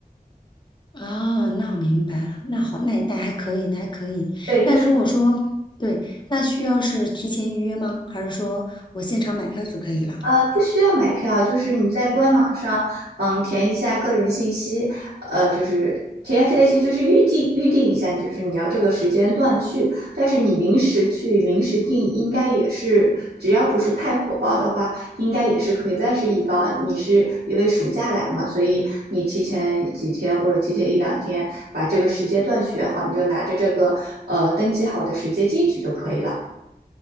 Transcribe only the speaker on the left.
啊，那我明白了。那好，那那还可以，那还可以。
那如果说，
对，那需要是提前预约吗？还是说我现场买票就可以了？